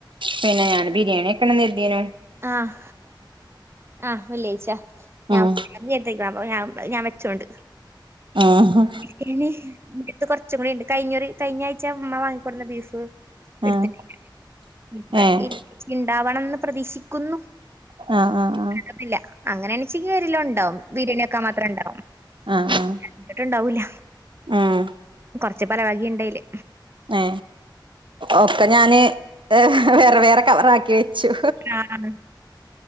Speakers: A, on the right; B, on the right.
A: പിന്നെ ഞാൻ ബിരിയാണി ഒക്കെ എതിന
B: ആഹ് ആഹ വെള്ളിയാഴ്ച ഞാൻ
A: ഉം
B: ഞാ ഞാൻ വെച്ചോണ്ട്
A: ആഹ്
B: <unintelligible> കൊച്ചും കൂടി ഉണ്ട് കഞ്ഞറി കഴിഞ്ഞ ആഴ്ച അമ്മ വാങ്ങിക്കൊടുന്ന ബീഫ് എടുതിട്ടുണ്ടാവണംന്ന്
A: ആഹ് ഏഹ്
B: പ്രതീക്ഷിക്കുന്നു
A: ആഹ് ആഹ്
B: ക്കില്ല അങ്ങനെ എ ച്ചീരെല്ലാം ഉണ്ടാവും വീര്ണിയ ഒക്കെ മാത്ര ഉണ്ടാവുംോട്ട
A: ആഹ് ആഹ് ആഹ്
B: ഉണ്ടാവൂല
A: ഉം
B: കൊറച്ച പല വകണ്ടായില്ലേ
A: ഏ ഒക്കെ ഞാന് വേറെ വേറെ കവറാക്കി വെച്ച ച്ചു
B: ആഹ്